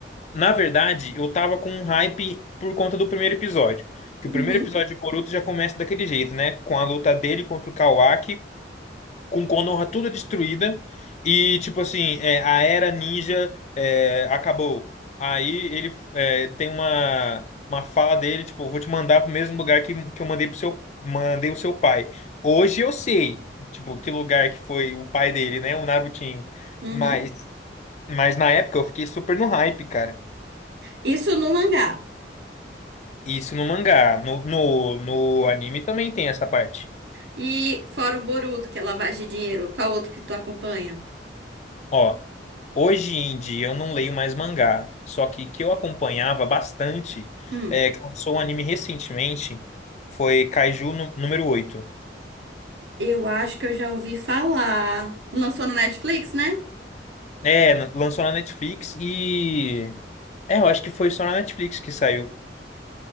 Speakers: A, on the left; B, on the right.
A: Na verdade, eu tava com um hype por conta do primeiro episódio. Que
B: uhum,
A: o primeiro episódio de Boruto já começa daquele jeito, né? Com a luta dele contra o Kawaki com Konoha tudo destruída e tipo assim é, a era ninja é, acabou aí ele é, tem uma uma fala dele tipo vou te mandar pro mesmo lugar que, que eu mandei pro seu mandei o seu pai hoje eu sei tipo que lugar que foi o pai dele né o Narutinho
B: uhum.
A: mas mas na época eu fiquei super no hype cara
B: Isso no mangá.
A: isso no mangá no no, no anime também tem essa parte
B: E fora o Boruto, que é lavagem de dinheiro. Qual outro que tu acompanha?
A: Ó, Hoje em dia eu não leio mais mangá, só que que eu acompanhava bastante,
B: Hum.
A: é, que lançou um anime recentemente, foi Kaiju nu- número oito.
B: Eu acho que eu já ouvi falar. Lançou no Netflix, né?
A: É, n- lançou na Netflix e. É, eu acho que foi só na Netflix que saiu.